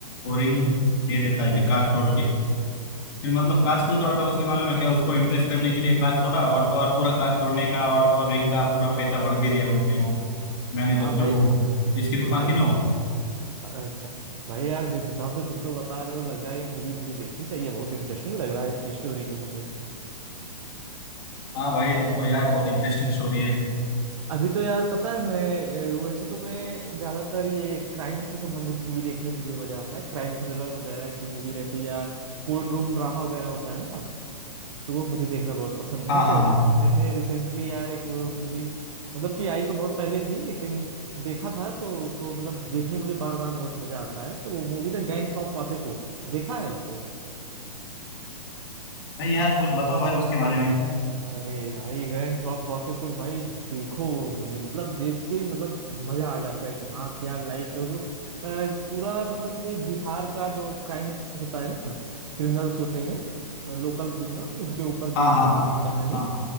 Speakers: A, on the left; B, on the right.
A: वो रिंग दे देता है फिर कांच तोड़ के फिर मतलब
B: हाँ
A: कांच क्यों तोड़ा था उसने मालूम है क्या उसको इम्प्रेस करने के लिए कांच तोड़ा और तो और पूरा कांच तोड़ने का और तो और रिंग का पूरा पैसा भर भी दिया उसने वो मैंने
B: हाँ
A: जो
B: भाई
A: जो जिसकी दुकान
B: भाई
A: थी ना वो।
B: अच्छा भाई यार जिस हिसाब से तुम तो बता रहे हो लग रहा है ये मूवी मुझे देखनी चाहिए बहुत इंटरेस्टिंग लग रहा है इसकी स्टोरी तो मुझे
A: हाँ भाई देखो यार बहुत इंटरेस्टिंग स्टोरी है
B: अभी तो यार पता है मैं अ, वैसे तो मैं ज्यादातर ये क्राइम से संबंधित मूवी देखने में मुझे मजा आता है क्राइम थ्रिलर वगैरह ऐसी मूवी रहती है या कोर्ट रूम ड्रामा वगैरह होता है ना तो वो मुझे देखना बहुत पसंद है
A: हाँ
B: तो
A: हाँ
B: अभी
A: हाँ
B: मैंने रिसेंटली यार एक वो मूवी मतलब कि आई तो बहुत पहले थी लेकिन देखा था तो उसको मतलब देखने मुझे बार बार बहुत मजा आता है तो वो मूवी था गैंग्स ऑफ वासेपुर देखा है उसको
A: भाई यार कुछ बताओ भाई उसके बारे में
B: अरे भाई गैंग्स ऑफ वासेपुर भाई देखो वो मूवी मतलब देख के मतलब मजा आ जाता है कि हाँ क्या लाइफ है वो अ, पूरा मतलब ये बिहार का जो क्राइम्स होता है ना क्रिमिनल्स होते हैं लोकल क्रिमिनल्स उनके ऊपर
A: हाँ
B: बेस्ड
A: हाँ
B: है पूरी
A: हाँ हाँ
B: कहानी
A: हाँ